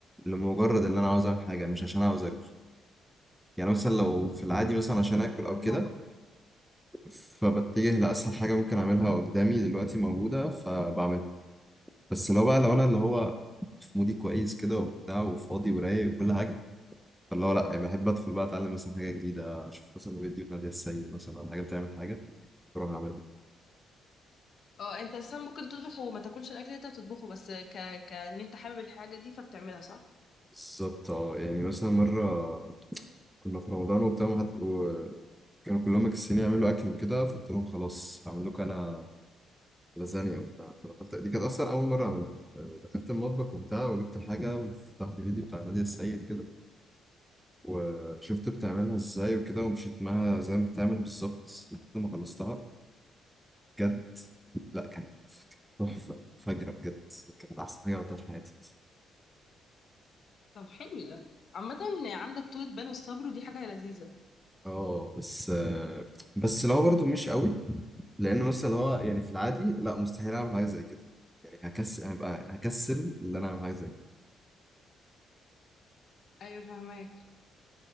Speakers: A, in the centre; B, on the left.
A: لمجرد اللي انا عاوز اعمل حاجه مش عشان عاوز اكل يعني مثلا لو في العادي مثلا
B: ايوه
A: عشان اكل او
B: فهمك
A: كده فبتجه لأسهل حاجة ممكن أعملها قدامي دلوقتي موجودة فبعملها بس لو بقى لو أنا اللي هو في مودي كويس كده وبتاع وفاضي ورايق وكل حاجة فاللي هو لأ يعني بحب أدخل بقى أتعلم مثلا حاجة جديدة أشوف مثلا فيديو نادية السيد مثلا أو حاجة بتعمل حاجة أروح أعملها
B: اه انت اساسا ممكن تطبخ وما تاكلش الاكل اللي انت بتطبخه بس ك... كان انت حابب الحاجة دي فبتعملها صح
A: بالظبط أه يعني مثلا مرة كنا في رمضان وبتاع وحد وكانوا كلهم مكسلين يعملوا أكل وكده فقلت لهم خلاص هعمل لكم أنا لازانيا وبتاع فدخلت دي كانت أصلا أول مرة أعملها آه، دخلت المطبخ وبتاع وجبت الحاجة وفتحت فيديو بتاع نادية السيد كده وشفت بتعملها ازاي وكده ومشيت معاها زي ما بتعمل بالظبط لحد ما خلصتها بجد لا كانت تحفة فجرة بجد كانت أحسن حاجة عملتها في حياتي
B: طب حلو ده عامة عندك طولة بال والصبر ودي حاجة لذيذة
A: اه بس آه، بس لو برضو مش قوي لأن مثلا هو يعني في العادي لا مستحيل أعمل حاجة زي كده يعني هكسل هبقى هكسل إن أنا أعمل حاجة زي كده
B: ايوه فهماك